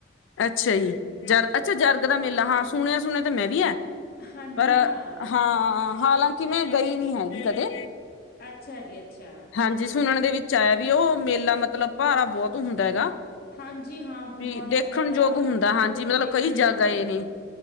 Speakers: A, on the left (about 75°); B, on the left (about 55°).
A: ਅੱਛਾ ਜੀ ਜਰਗ ਅੱਛਾ ਜਰਗ ਦਾ ਮੇਲਾ ਹਾਂ। ਸੁਣਿਆ ਸੁਣਿਆ ਤਾਂ ਮੈਂ ਵੀ ਐ।
B: ਹਾਂਜੀ
A: ਪਰ
B: ਹਾਂ,
A: ਹਾਂ। ਹਾਲਾਂਕਿ ਮੈਂ ਗਈ ਨੀ ਹੈਗੀ ਕਦੇ
B: ਅੱਛਾ ਜੀ ਅੱਛਾ
A: ਹਾਂਜੀ ਸੁਣਨ ਦੇ ਵਿੱਚ ਆਇਆ ਵੀ ਉਹ ਮੇਲਾ ਮਤਲਬ ਭਾਰਾ ਬਹੁਤ ਹੁੰਦਾ ਹੈਗਾ।
B: ਹਾਂਜੀ ਹਾਂ ਬਹੁਤ
A: ਵੀ ਦੇਖਣ
B: ਜ਼ਿਆਦਾ
A: ਯੋਗ ਹੁੰਦਾ ਹਾਂਜੀ
B: ਲੋਕ
A: ਮਤਲਬ
B: ਦੇਖਣ
A: ਕਈ ਜਾ
B: ਜਾਂਦੇ
A: ਗਏ ਨੇ।